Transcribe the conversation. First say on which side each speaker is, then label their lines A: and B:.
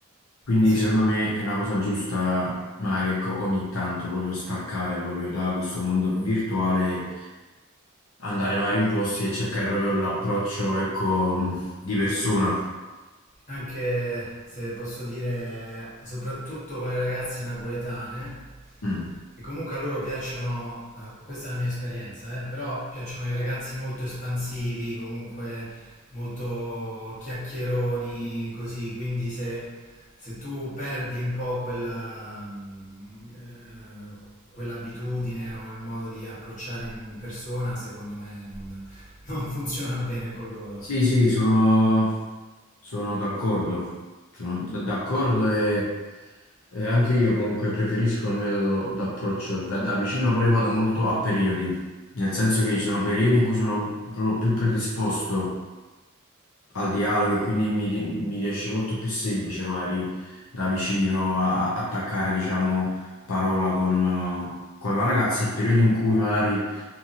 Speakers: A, on the left; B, on the left.
A: Quindi
B: Sì.
A: secondo me è una cosa giusta, magari ecco, ogni tanto proprio staccare proprio da questo mondo virtuale, andare magari in posti e cercare proprio l'approccio, ecco, di persona.
B: Anche se posso dire, soprattutto con le ragazze napoletane,
A: Mm.
B: che comunque a loro piacciono, eh, questa è la mia esperienza, eh, però piacciono i ragazzi molto espansivi, comunque molto chiacchieroni, così, quindi se, se tu perdi un po' quella, mm, eh, quell'abitudine o il modo di approcciare in persona, secondo me non non funziona bene con loro.
A: Sì, sì, sono, sono d'accordo, sono d- d'accordo e, e anche io comunque preferisco il metodo d'approccio da, da vicino, però io vado molto a periodi, nel senso che ci sono periodi in cui sono proprio più predisposto al dialogo e quindi mi, ri- mi riesce molto più semplice magari da vicino a- a- attaccare, diciamo, parola con, eh, con una ragazza, è periodo in cui magari